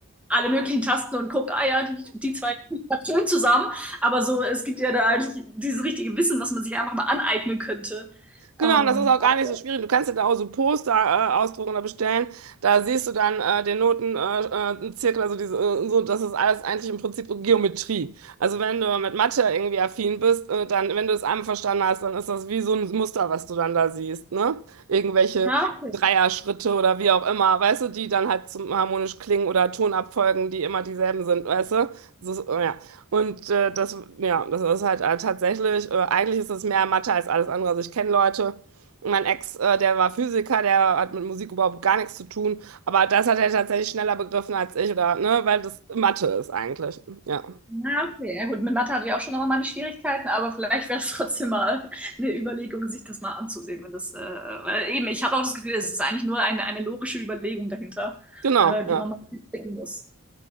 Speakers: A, in the centre; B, on the right.
A: alle möglichen Tasten und gucke, ah ja, die, die zwei liegen grad schön zusammen. Aber so, es gibt ja da eigentlich dieses richtige Wissen, was man sich einfach mal aneignen könnte.
B: Genau,
A: Ähm,
B: und das ist auch
A: aber,
B: gar nicht so schwierig. Du kannst ja da auch so Poster äh, ausdrucken oder bestellen. Da siehst du dann äh, den Noten, äh, äh, Zirkel, also diese, äh, so, das ist alles eigentlich im Prinzip so Geometrie. Also wenn du mit Mathe irgendwie affin bist, äh, dann, wenn du es einmal verstanden hast, dann ist das wie so ein Muster, was du dann da siehst, ne? Irgendwelche
A: ja, okay.
B: Dreierschritte oder wie auch immer, weißt du, die dann halt zum harmonisch klingen oder Tonabfolgen, die immer dieselben sind, weißt du? So, ja. Und äh, das, ja, das ist halt äh, tatsächlich, äh, eigentlich ist das mehr Mathe als alles andere. Also ich kenne Leute, mein Ex, äh, der war Physiker, der hat mit Musik überhaupt gar nichts zu tun, aber das hat er tatsächlich schneller begriffen als ich, oder, ne, weil das Mathe ist eigentlich. Ja,
A: Ja, okay. Ja, gut, mit Mathe hatte ich auch schon noch mal meine Schwierigkeiten, aber vielleicht wäre es trotzdem mal eine Überlegung, sich das mal anzusehen. Wenn das, äh, weil eben, ich habe auch das Gefühl, es ist eigentlich nur eine, eine logische Überlegung dahinter,
B: genau,
A: äh, die
B: ja.
A: man mal sehen muss.